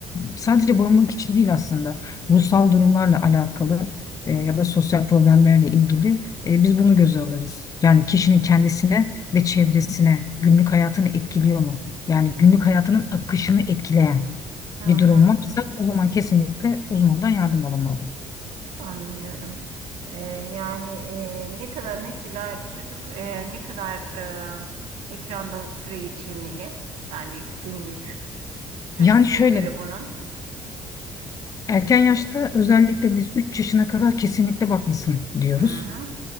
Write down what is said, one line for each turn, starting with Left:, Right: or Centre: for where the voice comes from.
Left: sadece bağımlılık için değil aslında ruhsal durumlarla alakalı e, ya da sosyal problemlerle ilgili e, biz bunu göze alırız. Yani kişinin kendisine ve çevresine günlük hayatını etkiliyor mu? Yani günlük hayatının akışını etkileyen
Right: Hı
Left: bir
Right: hı.
Left: durum varsa o zaman kesinlikle uzmandan yardım alınmalı.
Right: Anlıyorum. Ee, yani e, ne kadar mesela bir çocuk e, ne kadar e, ekranda süre geçirmeli? Yani günlük süresi
Left: Yani şöyle
Right: nedir bunun?
Left: Erken yaşta özellikle biz 3 yaşına kadar kesinlikle bakmasın diyoruz.
Right: Hı hı.